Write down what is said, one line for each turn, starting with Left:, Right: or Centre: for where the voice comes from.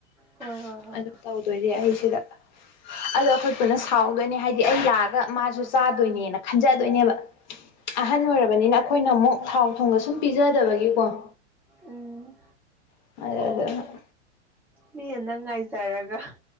Centre: ꯍꯣꯏ
Left: <inaudible>
Centre: ꯍꯣꯏ ꯍꯣꯏ
Left: ꯇꯧꯗꯣꯏꯅꯦ ꯑꯩ ꯁꯤꯗ ꯑꯗꯣ ꯑꯩꯈꯣꯏ ꯄꯨꯅ ꯁꯥꯎꯗꯣꯏꯅꯦ ꯍꯥꯏꯗꯤ ꯑꯩ ꯂꯥꯛ ꯒꯥ ꯃꯥꯁꯨ ꯆꯥꯗꯣꯏꯅꯦꯅ ꯈꯟꯖꯗꯣꯏꯅꯦꯕ ꯑꯍꯟ ꯑꯣꯏꯔꯕꯅꯤꯅ ꯑꯈꯣꯏꯅ ꯃꯨꯛ ꯊꯥꯎ ꯊꯨꯝꯒ ꯁꯨꯝ ꯄꯤꯖꯗꯕꯒꯤꯀꯣ
Centre: ꯎꯝ
Left: <unintelligible>
Centre: ꯃꯤꯅ ꯅꯪ ꯉꯥꯏꯖꯔꯒ